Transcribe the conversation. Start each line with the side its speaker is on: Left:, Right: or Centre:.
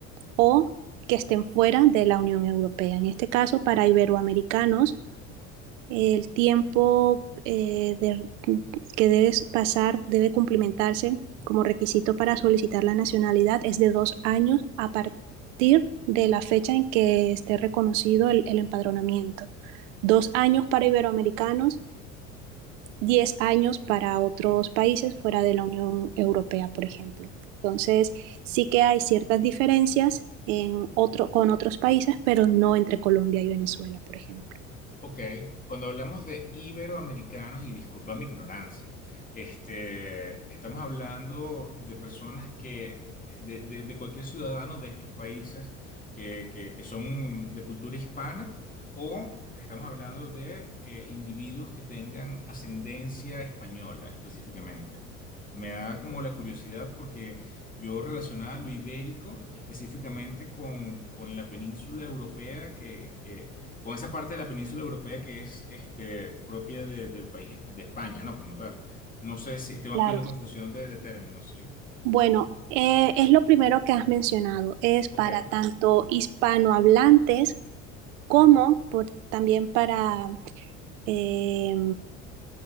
Right: o que estén fuera de la Unión Europea. En este caso, para iberoamericanos, el tiempo eh, de- que debe pasar debe cumplimentarse como requisito para solicitar la nacionalidad es de dos años a partir de la fecha en que esté reconocido el, el empadronamiento. Dos años para iberoamericanos 10 años para otros países fuera de la Unión Europea, por ejemplo. Entonces, sí que hay ciertas diferencias en otro, con otros países, pero no entre Colombia y Venezuela, por ejemplo.
Left: Ok, cuando hablamos de iberoamericanos, y disculpa mi ignorancia, este, estamos hablando de personas que, eh, de, de- de cualquier ciudadano de estos países que, que- que son de cultura hispana, o estamos hablando de eh, individuos que tengan ascendencia española específicamente. Me da como la curiosidad porque yo relacionaba lo ibérico específicamente con, con la península europea con esa parte de la península europea que es este, propia de- del país de España, ¿no? Como tal. No sé si tengo
Right: Claro.
Left: aquí una confusión de, de términos, sí.
Right: Bueno, eh, es lo primero que has mencionado, es
Left: Ok,
Right: para tanto hispanohablantes como por, también para eh,